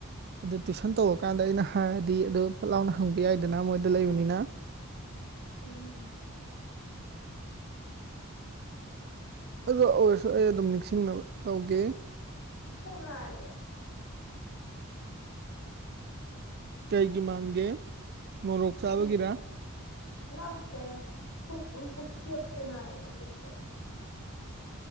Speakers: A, on the right; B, on the left.
A: ꯑꯗꯨ ꯇꯨꯐꯁꯟ ꯇꯧꯔꯀꯥꯟꯗ ꯑꯩꯅ ꯍꯥꯏꯔꯗꯤ ꯑꯗꯨ ꯐꯠ ꯂꯥꯎꯅ ꯍꯪꯕ ꯌꯥꯏꯗꯅ ꯃꯣꯏꯗ ꯂꯩꯕꯅꯤꯅ
B: ꯎꯝ
A: ꯑꯗꯣ ꯑꯣꯏꯔꯁꯨ ꯑꯩ ꯑꯗꯨꯝ ꯅꯤꯡꯁꯤꯡꯅꯕ ꯇꯧꯒꯦ
B: ꯄꯨꯛ ꯅꯥꯏꯌꯦ
A: ꯀꯩꯒꯤ ꯃꯥꯟꯒꯦ ꯃꯣꯔꯣꯛ
B: ꯈꯪ
A: ꯆꯥꯕꯒꯤꯔꯥ
B: ꯅꯠꯇꯦ ꯄꯨꯛ ꯄꯨꯛꯆꯦꯞꯇ ꯅꯥꯌꯦ ꯄꯨꯛꯆꯦꯞ